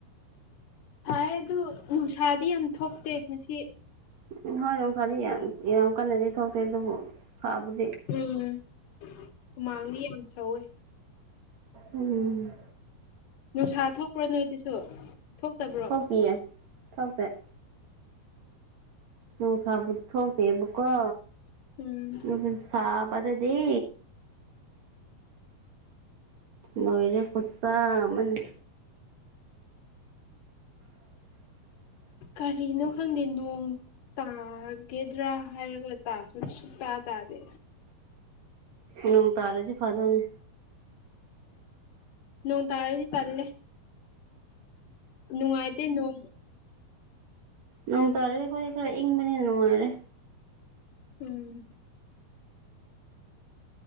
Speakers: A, on the left; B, on the right.
A: ꯁꯥꯏ ꯑꯗꯨ ꯅꯨꯡꯁꯥꯗꯤ ꯌꯥꯝ ꯊꯣꯛꯇꯦ ꯉꯁꯤ꯫
B: ꯎꯝ ꯍꯣꯏ ꯅꯨꯡꯁꯥꯗꯤ ꯌꯥꯝ ꯌꯥꯝ ꯀꯟꯅꯗꯤ ꯊꯣꯛꯇꯦ ꯑꯗꯨꯕꯨ ꯁꯥꯕꯗꯤ
A: ꯎꯝ ꯍꯨꯃꯥꯡꯗꯤ ꯌꯥꯝ ꯁꯧꯋꯦ꯫
B: ꯎꯝ
A: ꯅꯨꯡꯁꯥ ꯊꯣꯛꯄ꯭ꯔꯣ ꯅꯣꯏꯗꯁꯨ? ꯊꯣꯛꯇꯕ꯭ꯔꯣ
B: ꯊꯣꯛꯇꯤꯌꯦ ꯊꯣꯛꯇꯦ ꯅꯨꯡꯁꯥꯕꯨ ꯊꯣꯛꯇꯦꯕꯀꯣ
A: ꯎꯝ
B: ꯗꯨꯕꯨ ꯁꯥꯕꯗꯗꯤ ꯂꯣꯏꯔꯦ ꯈꯨꯁꯥ ꯑꯃꯅꯤ <unintelligible>
A: ꯀꯔꯤꯅꯣ ꯈꯪꯗꯦ ꯅꯣꯡ ꯇꯥꯒꯦꯗ꯭ꯔꯥ ꯍꯥꯏꯔꯒ ꯇꯥꯁꯨ ꯁꯨꯛꯇꯥ ꯇꯥꯗꯦ꯫
B: ꯅꯣꯡ ꯇꯥꯔꯗꯤ ꯐꯗꯧꯅꯦ꯫
A: ꯅꯣꯡ ꯇꯥꯔꯗꯤ ꯇꯜꯂꯦ ꯅꯨꯡꯉꯥꯏꯇꯦ ꯅꯣꯡ
B: ꯅꯣꯡ ꯇꯥꯔꯗꯤ ꯑꯩꯈꯣꯏꯗꯤ ꯈꯔ ꯏꯪꯕꯅꯤꯅ ꯅꯨꯡꯉꯥꯏꯔꯦ꯫
A: ꯎꯝ